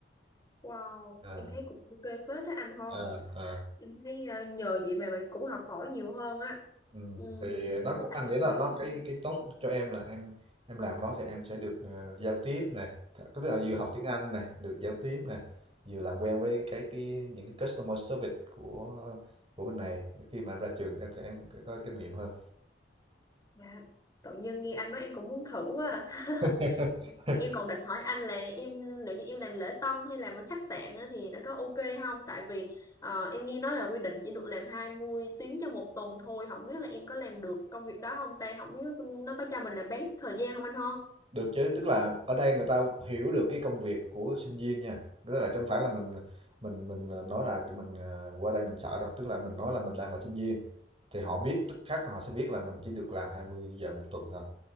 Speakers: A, on the left; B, on the right.
A: Wow,
B: à,
A: em thấy cũng ok phết đó anh ho.
B: à, à.
A: Em thấy ờ, nhờ vậy mà mình cũng học hỏi nhiều hơn á.
B: Ừ.
A: Ừ,
B: thì nó
A: với
B: cũng
A: lại
B: anh
A: em
B: nghĩ là
A: nghĩ
B: nó cái cái tốt cho em là em em làm đó thì em sẽ được ờ, giao tiếp nè Th- tức là vừa học tiếng Anh nè được giao tiếp nè vừa làm quen với cái cái những cái customer service của của bên này khi mà em ra trường có sẽ em có kinh nghiệm hơn
A: Dạ. Tự nhiên nghe anh nói em cũng muốn thử quá à. <laughs>
B: <laughs>
A: Em còn định hỏi anh là em nếu như em làm lễ tân hay làm ở khách sạn á thì nó có ok không? Tại vì ờ, em nghe nói là quy định chỉ được làm 20 tiếng cho một tuần thôi. Không biết là em có làm được công việc đó không ta? Không biết nó có cho mình làm bán thời gian không anh ho?
B: Được chứ, tức là ở đây người ta hiểu được cái công việc của sinh viên nha. Tức là chứ không phải là mình mình mình ờ, nói là mình ờ, qua đây mình sợ đâu, tức là mình nói là mình đang là sinh viên thì họ biết tức khắc là họ sẽ biết là mình chỉ được làm 20 giờ một tuần thôi.